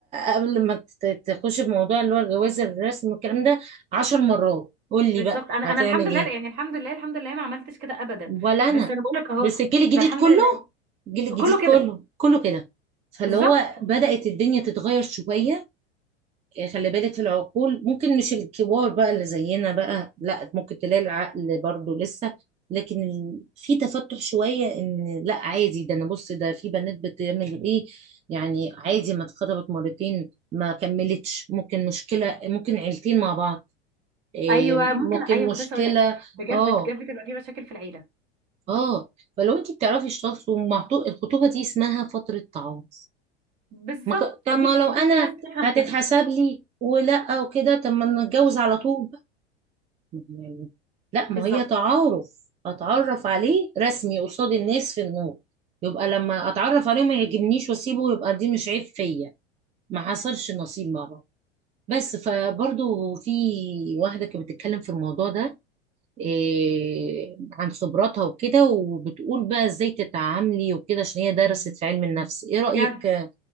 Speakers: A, on the right; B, on the right.
A: قبل ما ت- تخش في موضوع اللي هو الجواز الرسمي والكلام ده عشر مرات قول لي
B: بالظبط
A: بقى
B: انا
A: هتعمل
B: انا الحمد لله
A: ايه
B: يعني الحمد لله الحمد لله ما عملتش كده ابدا
A: ولا انا
B: بس انا بقول لك اهو
A: بس الجيل الجديد
B: ده الحمد
A: كله
B: لله
A: الجيل الجديد
B: كله
A: كله
B: كده
A: كله كده فاللي
B: بالظبط
A: هو بدأت الدنيا تتغير شويه خلي بالك في العقول ممكن مش الكبار بقى اللي زينا بقى لا ممكن تلاقي العقل برضو لسه لكن ال- في تفتح شوية ان لا عادي ده انا بص ده في بنات بتعمل ايه يعني عادي ما اتخطبت مرتين ما كملتش ممكن مشكلة ممكن عيلتين مع بعض إيه،
B: ايوه
A: ممكن
B: ممكن ايوه
A: مشكلة
B: كنت لسه اقول لك بجد
A: اه
B: بجد بتبقى في مشاكل في العيله
A: اه فلو انت بتعرفي تشتغلي ومع- الخطوبة دي اسمها فترة تعوض
B: بالظبط
A: ما ك... طب
B: نفسي
A: ما لو انا
B: نفسي الناس تفهم
A: هتتحسب
B: كده
A: لي ولا وكده طب ما نتجوز على طول بقى يعني لا
B: بالظبط
A: ما هي تعارف اتعرف عليه رسمي قصاد الناس في النور يبقى لما اتعرف عليه ما يعجبنيش واسيبه يبقى دي مش عيب فيا ما حصلش نصيب مع بعض بس فبرضو في واحدة كانت بتتكلم في الموضوع ده إيه عن خبراتها وكده وبتقول بقى ازاي تتعاملي وكده عشان هي درست في علم النفس ايه رأيك
B: بجد
A: آه،